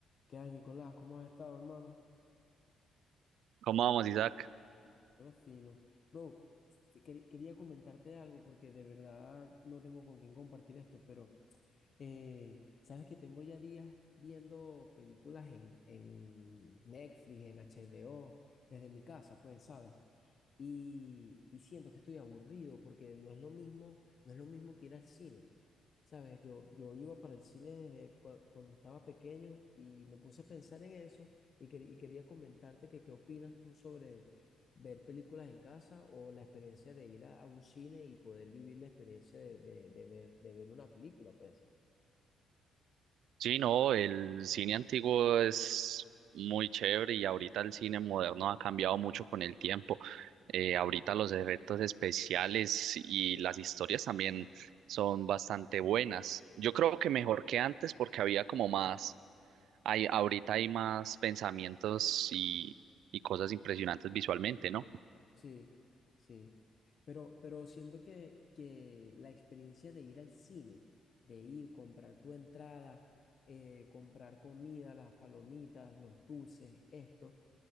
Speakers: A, on the left; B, on the right.
A: ¿Qué hay, Nicolás? ¿Cómo has estado, hermano?
B: ¿Cómo vamos, Isaac?
A: Todo fino. Bro, te quer- quería comentarte algo porque de verdad no tengo con quién compartir esto, pero eh, sabes que tengo ya días viendo películas en, en Netflix, en HBO, desde mi casa, pues, ¿sabes? Y, y siento que estoy aburrido porque no es lo mismo, no es lo mismo que ir al cine. Sabes, yo, yo iba para el cine desde cua- cuando estaba pequeño y me puse a pensar en eso y, quer- y quería comentarte que qué opinas tú sobre ver películas en casa o la experiencia de ir a, a un cine y poder vivir la experiencia de, de- de ver, de ver una película, pues.
B: Sí, no, el cine antiguo es muy chévere y ahorita el cine moderno ha cambiado mucho con el tiempo. Eh, ahorita los efectos especiales y las historias también son bastante buenas. Yo creo que mejor que antes porque había como más, hay, ahorita hay más pensamientos y, y cosas impresionantes visualmente, ¿no?
A: Sí, sí. Pero, pero siento que, que la experiencia de ir al cine, de ir, comprar tu entrada, eh, comprar comida, las palomitas, los dulces, esto.